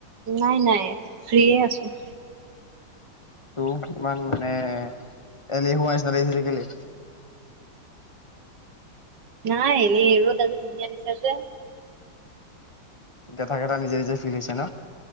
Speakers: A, on the right; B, on the left.
A: নাই নাই ফ্ৰী এ আছো।
B: ত ইমান মানে এলেহোৱা নিচিনা লাগিছে যে কেলে
A: নাই এনেই ৰ'দ আজি ধুনীয়া দিছে যে।
B: গেধা গেধা নিজে নিজে ফিল হৈছে ন?